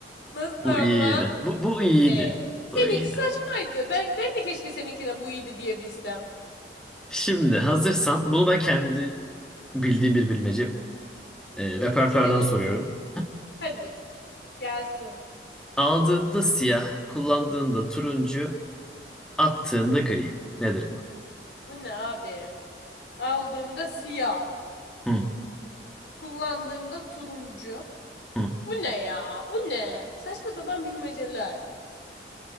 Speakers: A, on the left; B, in the centre.
A: Nasıl
B: Bu
A: ama?
B: iyiydi. Bu, bu iyiydi.
A: Hey. Seninki
B: Bu iyiydi.
A: saçmaydı. Ben, ben de keşke seninki de bu iyiydi diyebilsem.
B: Şimdi hazırsan bunu ben kendi bildiğim bir bilmece e, repertuardan
A: Söyle.
B: soruyorum.
A: Hadi bakın. Gelsin.
B: <clears throat> Aldığında siyah, kullandığında turuncu, Attığında gri. Nedir bu?
A: Bu ne abi? Aldığımda siyah.
B: Hı,
A: Kullandığımda turuncu.
B: hı.
A: Bu ne ya? Bu ne? Saçma sapan bilmeceler.